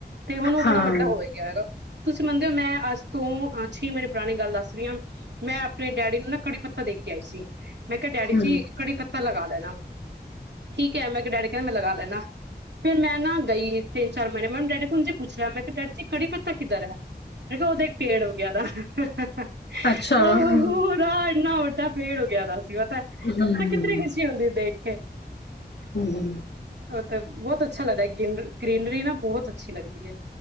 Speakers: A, on the right; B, on the left.
A: ਤੇ ਹੁਣ ਉਹ ਬੜਾ
B: ਹਾਂ
A: ਵੱਡਾ ਹੋਏਗਾ ਹੈਗਾ। ਤੁਸੀਂ ਮੰਨਦੇ ਹੋ ਮੈਂ ਅੱਜ ਤੋਂ ਅ ਛੇ ਵਜੇ ਪੁਰਾਣੀ ਗੱਲ ਦੱਸ ਰਹੀ ਹਾਂ ਮੈਂ ਆਪਣੇ ਡੈਡੀ ਨੂੰ ਨਾ ਕੜੀ ਪੱਤਾ ਦੇਖ ਕੇ ਆਈ ਸੀ। ਮੈਂ ਕਿਹਾ ਡੈਡੀ
B: ਹਮ
A: ਜੀ ਕੜੀ ਪੱਤਾ ਲਗਾ ਲੈ ਠੀਕ ਹੈ ਮੈਂ ਇੱਕ ਡੈਡੀ ਕਹਿੰਦਾ ਮੈਂ ਲਗਾ ਲੈਦਾ ਫਿਰ ਮੈਂ ਨਾ ਗਈ ਤਿੰਨ ਚਾਰ ਮਹੀਨੇ ਮੈ ਡੈਡੀ ਕੋ ਜੀ ਪੁੱਛ ਰਿਆ ਮੈਂ ਕਿਹਾ ਡੈਡੀ ਜੀ ਕੜੀ ਪੱਤਾ ਕਿੱਧਰ ਐ ਮੈਂ ਕਿਹਾ ਉਹਦੇ ਇੱਕ ਪੇੜ ਹੋ ਗਿਆ ਬ <inaudible>
B: ਅੱਛਾ ਹਮ
A: ਇੰਨਾ ਵੱਡਾ ਪੇੜ ਉਗਿਆ ਦਾ ਸੀ। ਪਤਾ
B: ਹਮ
A: ਮੈਂ ਕਿਤਨੀ ਖੁਸ਼ੀ ਹੁੰਦੀ ਦੇਖ ਕੇ,
B: ਹਮ
A: ਉਹ ਤਾਂ ਬਹੁਤ ਅੱ ਗਨਰੀ ਗ੍ਰਨਰੀ ਨਾ ਬਹੁਤ ਹੈ।